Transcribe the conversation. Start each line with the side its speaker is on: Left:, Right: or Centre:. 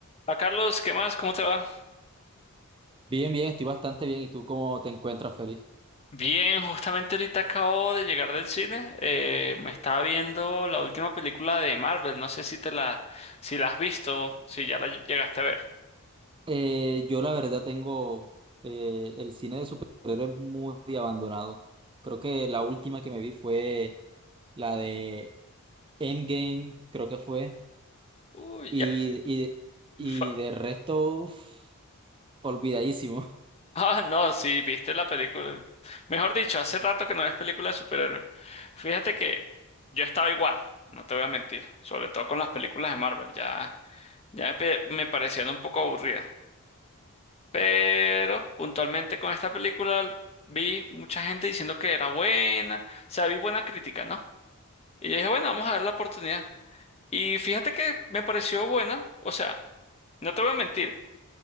Left: A Carlos, ¿qué más? ¿Cómo te va?
Right: Bien, bien, estoy bastante bien. ¿Y tú cómo te encuentras, Feliz?
Left: Bien, justamente ahorita acabo de llegar del cine. eh, me estaba viendo la última película de Marvel. No sé si te la, si la has visto, si ya la llegaste a ver.
Right: Eh, yo la verdad tengo eh, el cine de superhéroes muy abandonado. Creo que la última que me vi fue la de Endgame, creo que fue.
Left: Uy,
Right: Y,
Left: ya.
Right: y, y
Left: fa-
Right: de resto, uf, olvidadísimo. <laughs>
Left: <laughs> Ah, no, sí, viste la película. Mejor dicho, hace rato que no ves película de superhéroes. Fíjate que yo estaba igual, no te voy a mentir. Sobre todo con las películas de Marvel, ya, ya pe- me parecían un poco aburridas. Pero puntualmente con esta película vi mucha gente diciendo que era buena, o sea, vi buena crítica, ¿no? Y yo dije, bueno, vamos a dar la oportunidad. Y fíjate que me pareció buena, o sea, no te voy a mentir,